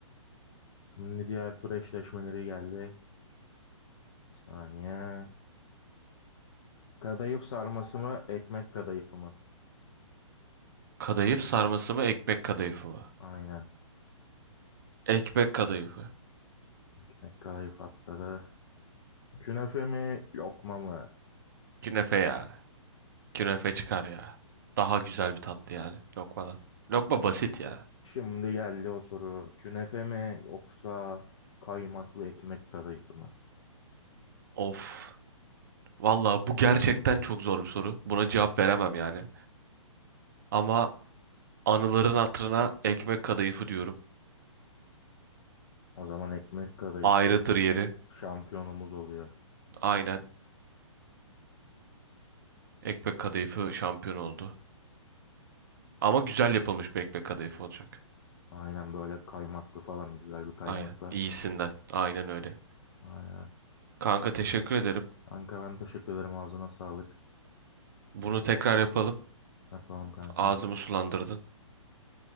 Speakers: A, on the left; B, on the right.
A: Şimdi diğer tur eşleşmeleri geldi. Bir saniye. Kadayıf sarması mı, ekmek kadayıfı mı?
B: Kadayıf sarması mı ekmek kadayıfı mı?
A: Aynen.
B: Ekmek kadayıfı.
A: Ekmek kadayıf atladı. Künefe mi, lokma mı?
B: Künefe ya. Künefe çıkar ya. Daha güzel bir tatlı yani lokmadan. Lokma basit ya.
A: Şimdi geldi o soru. Künefe mi yoksa kaymaklı ekmek kadayıfı mı?
B: Of. Valla bu gerçekten çok zor bir soru. Buna cevap veremem yani. Ama anıların hatırına ekmek kadayıfı diyorum.
A: O zaman ekmek kadayıfı
B: Ayrıdır yeri.
A: şampiyonumuz oluyor.
B: Aynen. Ekmek kadayıfı şampiyon oldu. Ama güzel yapılmış bir ekmek kadayıfı olacak.
A: Aynen böyle kaymaklı falan güzel bir kaymakla.
B: Aynen. İyisinden. Aynen öyle.
A: Aynen.
B: Kanka teşekkür ederim.
A: Kanka ben teşekkür ederim ağzına sağlık.
B: Bunu tekrar yapalım.
A: Yapalım kankam.
B: Ağzımı sulandırdın.